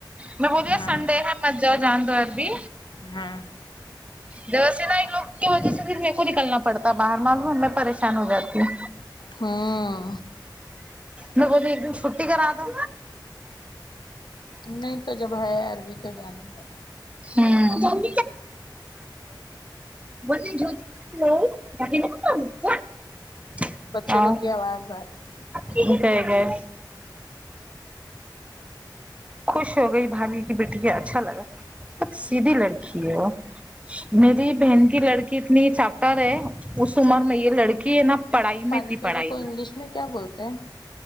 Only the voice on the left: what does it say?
ہاں
ہاں
ہاں
نہیں تو جب ہے عربی تو جانے کا
بچے
لوگ کی آواز آ رہی تھی
پانی
پیری
کو انگلش میں کیا بولتے ہیں